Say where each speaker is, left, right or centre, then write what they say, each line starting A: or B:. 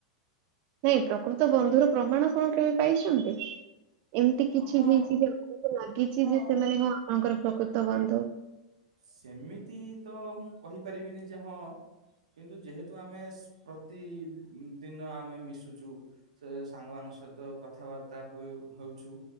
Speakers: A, on the right; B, on the right.
A: ନାଇଁ ପ୍ରକୃତ ବନ୍ଧୁର ପ୍ରମାଣ କଣ କେବେ ପାଇଛନ୍ତି? ଏମିତି କିଛି
B: ହଁ
A: ହେଇଛି ଯେ ଆପଣଙ୍କୁ ଲାଗିଛି
B: ହଁ
A: ଯେ, ସେମାନେ ହଁ ଆପଣଙ୍କର ପ୍ରକୃତ ବନ୍ଧୁ।
B: ସେମିତି ତ ମୁଁ କହିପାରିବିନି ଯେ ହଁ କିନ୍ତୁ ଯେହେତୁ ଆମେ ପ୍ରତିଦିନ ଆମେ ମିଶୁଛୁ ସେ ସାଙ୍ଗମାନଙ୍କ ସହିତ କଥାବାର୍ତ୍ତା ହୁଏ ହଉଛୁ।